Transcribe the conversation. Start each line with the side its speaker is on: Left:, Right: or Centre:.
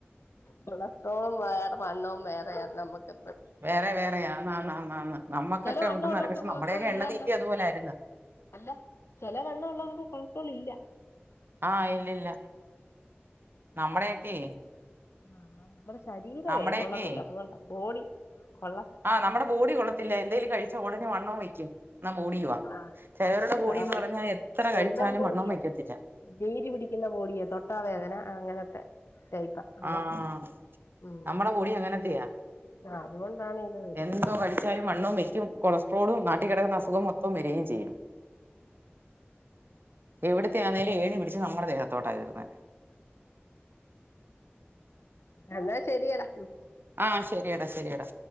Left: കൊളസ്ട്രോളും വേറെ വണ്ണവും വേറെയാ നമ്മുക്ക്
Right: വേറെ വേറെയാ ആന്ന് ആന്ന് ആന്ന് നമ്മുക്കൊക്കെ
Left: ചില വണ്ണം
Right: ഉണ്ടന്ന്
Left: ഉള്ളവർക്ക്
Right: പക്ഷെ
Left: കൊളസ്ട്രോൾ
Right: നമ്മുടെയൊക്കെ എണ്ണ
Left: ഇല്ലല്ലോ
Right: തീറ്റി അതുപോലെ ആരുന്ന്
Left: അല്ല ചിലവണ്ണമുള്ളവർക്ക് കൊളസ്ട്രോൾ ഇല്ല
Right: ആഹ് ഇല്ലില്ല നമ്മുടെയൊക്കെ
Left: ആ നമ്മുടെ ശരീരമേ
Right: നമ്മുടെയൊക്കെ
Left: കൊള്ളത്തില്ല അതുകൊണ്ട് ബോഡി കൊള്ള
Right: ആഹ് നമ്മളുടെ ബോഡി കൊള്ളത്തില്ല എന്തെലും കഴിച്ചാ ഉടന് വണ്ണവും വയ്ക്കും എന്നാ ബോഡിയുവാ.
Left: ആഹ്
Right: ചിലവരുടെ
Left: അതുകൊണ്ടാ
Right: ബോഡി എന്ന്
Left: ആഹ്
Right: പറഞ്ഞാ എത്ര
Left: സ്വന്തം
Right: കഴിച്ചാലും
Left: ബോഡിയാ
Right: വണ്ണവും വയ്ക്കത്തില്ല.
Left: നീര് പിടിക്കുന്ന ബോടിയെ തൊട്ടാവേദന അങ്ങനൊത്തെ ടൈപ്പാ അതാ
Right: ആഹ്
Left: ഉം
Right: നമ്മുടെ ബോഡി അങ്ങനത്തെയാ
Left: ആഹ് അതുകൊണ്ടാണ് ഇത് വരുന്നത്
Right: എന്തോ
Left: അല്ലേ
Right: കഴിച്ചാലും വണ്ണോം വെക്കും കൊളസ്ട്രോളും നാട്ടീ
Left: ആഹ്
Right: കൺ അസുഖം മൊത്തോം വരിയേം ചെയ്യും എവിട് ത്തെ ആന്നേലും ഏണി പിടിച്ച് നമ്മുടെദേത്തോട്ടാ കേറുന്നേ
Left: എന്നാ ശരിയടാ
Right: ആഹ് ശരിയടാ ശരിയടാ